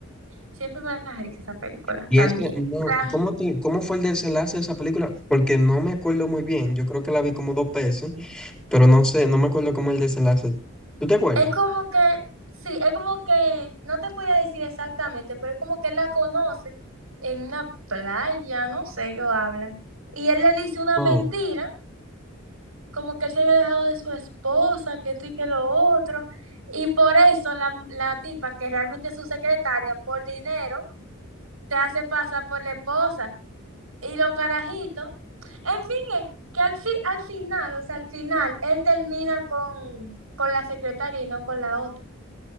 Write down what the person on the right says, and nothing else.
Siempre me las hice esas películas
también.
La-
es como que, sí, es como que, no te podría decir exactamente, pero es como que él la conoce en una playa, no sé, ellos hablan. Y él le dice una
mentira, como que él se había dejado de su esposa, que esto y que lo otro. Y por eso la, la tipa, que realmente es su secretaria, por dinero, se hace pasar por la esposa. y los carajitos. En fin, es que al, fi- al final, o sea, al final, él termina con, con la secretaria y no con la otra.